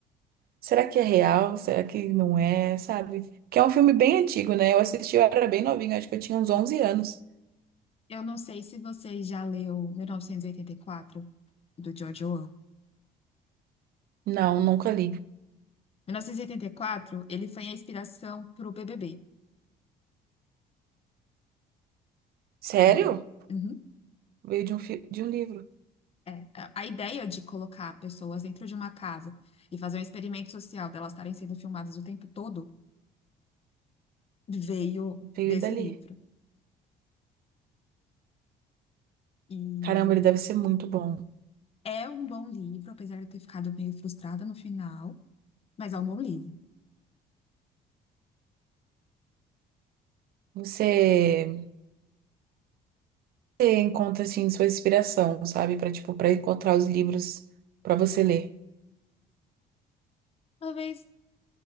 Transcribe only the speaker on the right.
será que é real? Será que não é, sabe? Que é um filme bem antigo, né? Eu assisti eu era bem novinha, acho que eu tinha uns 11 anos.
Não, nunca li.
Sério?
Veio de um fi... de um livro,
veio
dali.
Caramba, ele deve ser muito bom.
Você você encontra assim sua inspiração, sabe, Para tipo para encontrar os livros para você ler.